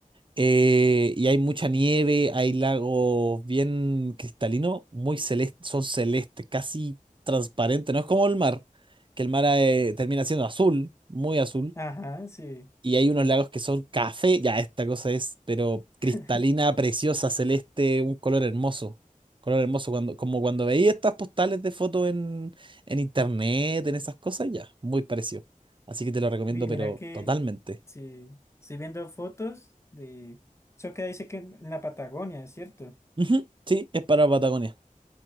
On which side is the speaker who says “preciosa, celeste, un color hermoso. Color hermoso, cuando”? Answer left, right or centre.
Right